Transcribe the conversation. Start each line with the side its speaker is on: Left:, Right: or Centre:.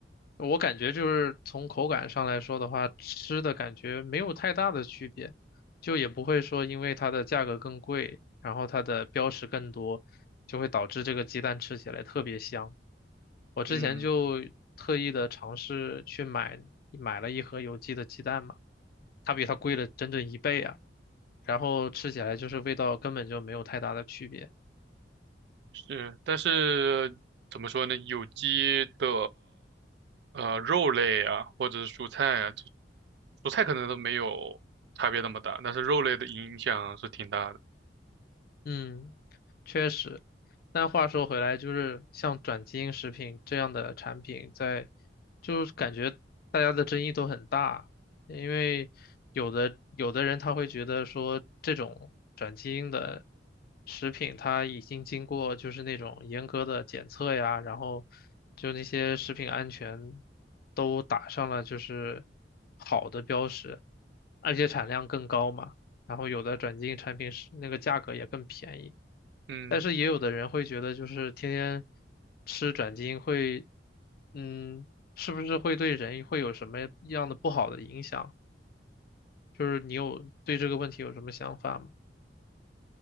Left: 我感觉就是从口感上来说的话，吃的感觉没有太大的区别，就也不会说因为它的价格更贵，然后它的标识更多，就会导致这个鸡蛋吃起来特别香。我之前就特意的尝试去买买了一盒有机的鸡蛋嘛，
Right: 嗯，
Left: 它比它贵了整整一倍啊。然后吃起来就是味道根本就没有太大的区别。
Right: 是，但是怎么说呢？有机的呃肉类啊，或者是蔬菜啊，就蔬菜可能都没有差别那么大，但是肉类的影响是挺大的。
Left: 嗯，确实。但话说回来，就是像转基因食品这样的产品在，就是感觉大家的争议都很大，因为有的有的人他会觉得说这种转基因的食品，它已经经过就是那种严格的检测呀，然后就那些食品安全都打上了就是好的标识，而且产量更高嘛。然后有的转基因产品是那个价格也更便宜，
Right: 嗯。
Left: 但是也有的人会觉得就是天天吃转基因会，嗯，是不是会对人会有什么样的不好的影响？就是你有对这个问题有什么想法吗？